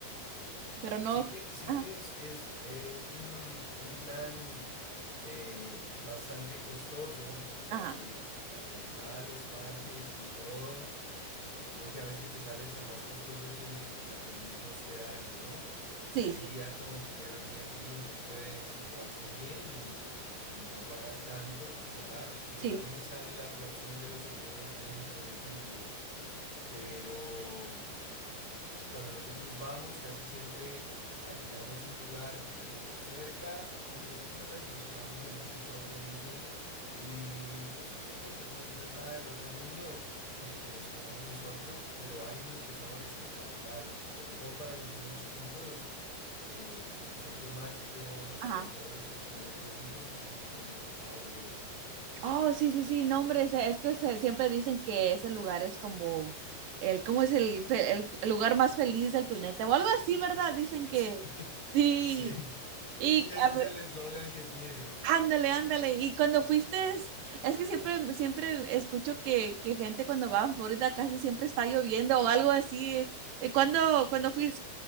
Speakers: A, on the right; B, on the left.
A: pero no.
B: Sé que, sé
A: Ajá,
B: que es, es, es un, un plan eh, bastante costoso porque
A: ajá,
B: la, la entrada a los parques y todo, eh, creo que a veces te sale hasta más costoso que el, la- el mismo hospedaje, ¿no?
A: sí,
B: Hoy
A: sí,
B: en día con un Airbnb uno puede situarse bien y, y no pagar tanto, ¿verdad? Porque
A: sí,
B: también
A: sí,
B: está la, la opción de los hoteles dentro de Disney, pero... Cuando nosotros vamos, casi siempre alquilamos un lugar eh, o cerca, aunque una vez nos quedamos en un resort de Disney y no es otra cosa, no es, no es nada del otro mundo en el que nos quedamos nosotros, pero hay unos que son espectaculares, sobre todo para los niños chiquitos, eh, los que son temáticos
A: ajá.
B: con todos los personajes de Disney, dicen que son fabulosos.
A: Oh, sí, sí, sí, no, hombre, se- es que se- siempre dicen que ese lugar es como el, ¿cómo es el, fe- el, el lugar más feliz del planeta? O algo así, ¿verdad? Dicen que
B: <laughs>
A: sí.
B: Sí,
A: Y
B: sí, ese
A: a ve-
B: es el eslogan que tienen.
A: ándale, ándale. Y cuando fuiste, es es que siempre, siempre escucho que, que gente cuando va a Florida casi siempre está lloviendo o algo así. Eh, Cuando, cuando fuiste,